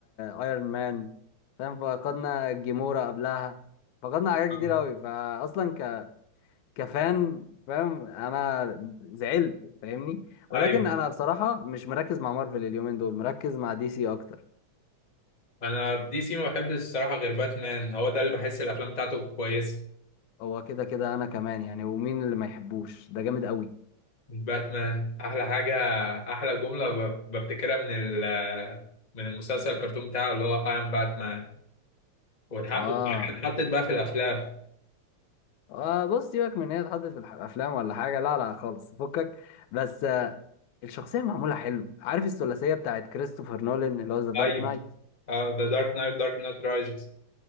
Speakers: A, on the left (about 80°); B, on the left (about 15°).
A: آه، ايرون مان فاهم فقدنا جيمورا قبلها فقدنا حاجات
B: <laughs>
A: كتير قوي فاصلا كفان فاهم انا زعلت فاهمني ولكن
B: ايوه
A: انا بصراحة مش مركز مع مارفل اليومين دول مركز مع دي سي اكتر
B: انا دي سي ما بحبش الصراحه غير باتمان هو ده اللي بحس الافلام بتاعته كويسه
A: هو كده كده انا كمان يعني ومين اللي ما يحبوش ده جامد قوي
B: من باتمان احلى حاجه احلى جمله ب- بفتكرها من ال- من المسلسل الكرتون بتاعه اللي هو اي ام باتمان والحق
A: اه
B: وبعد كده اتحطت بقى في الافلام
A: آه بص سيبك من ان هي اتحطت في الافلام ولا حاجة لا لا خالص فكك بس آه، الشخصية معمولة حلو عارف الثلاثية بتاعت كريستوفر نولان اللي هو ذا دارك
B: ايوه
A: نايت
B: ذا دارك نايت دارك نايت رايزز